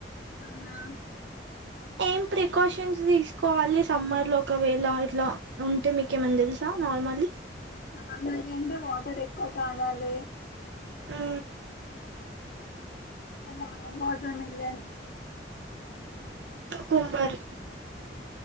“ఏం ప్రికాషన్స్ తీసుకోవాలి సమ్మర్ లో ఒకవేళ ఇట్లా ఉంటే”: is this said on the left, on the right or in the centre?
Right